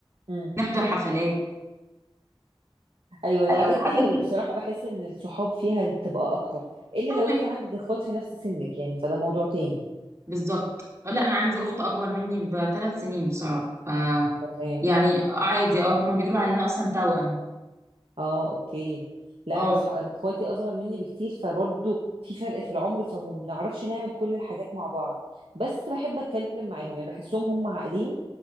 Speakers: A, on the right (about 85°); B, on the right (about 30°).
A: مم.
B: نحضر حفلات
A: ايوه الحاجات
B: ايوه الحاجات
A: دي اللي بصراحه بحس ان الصحاب فيها بتبقى اكتر الا لو
B: دي
A: انت عندك اخوات في نفس سنك يعني فده موضوع تاني
B: بالظبط آه، لا انا عندي اخت اكبر مني بثلاث سنين بصراحه ف
A: تمام
B: يعني عادي اه هما بيقولوا علينا اصلا توأم
A: اه اوكي لا
B: اه
A: انا صح... انا اخواتي اصغر مني بكتير فبرضو في فرق في العمر فما بنعرفش نعمل كل الحاجات مع بعض بس بحب اتكلم معاهم يعني بحسهم هم عاقلين